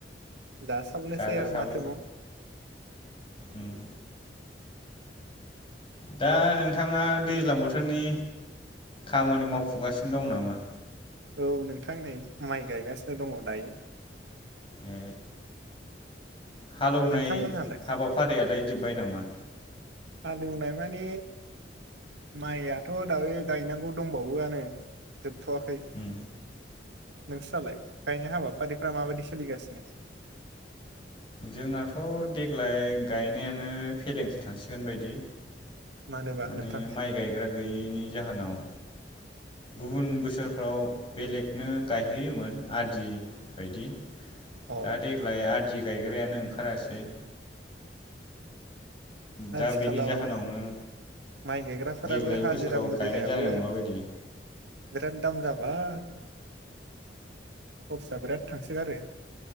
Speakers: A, on the right; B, on the left.
A: दासाबलायसै
B: जाजासाबो
A: आरो माथो बाव
B: उम दा नोंथाङा दैज्लां बोथोरनि खामानि मावफुगासिनो दं नामा
A: औ नोंथां नै माइ गायगासिनो दंङ दायो
B: ए हालौनाय
A: नोंथांमोनहालाय
B: हाबाफारियालाय जोब्बाय नामा
A: हालौनाय माने माइयाथ दायो गायनांगौ दंबावोआनो जोबथयाखै
B: उम
A: नोंस्रालाय गायनाय हाबाफारिफ्रा माबायदि सोलिगासिनो
B: जोंनाथ देग्लाय गायनायानो फेलेंसो थांसिगोन बायदि
A: मानोबा
B: माने
A: नोंथां
B: माइ गायग्रा गैयैनि जाहोनाव गुबुन बोसोरफ्राव बेलेगनो गायहोयोमोन आदि बायदि।
A: अ
B: दा देग्लाय आदि गायग्रायानो ओंखारासै। दा
A: <inaudible> आथिखालाव
B: बेनि जाहोनावनो
A: माइ गायग्राफोराबो
B: देग्लायनि
A: हाजिरा
B: बोसोराव
A: मुजिरायाबो
B: गायनाय जानाय नंला बायदि
A: बिराद दाम जाबाय। खरसा बिराद थांसोगारो।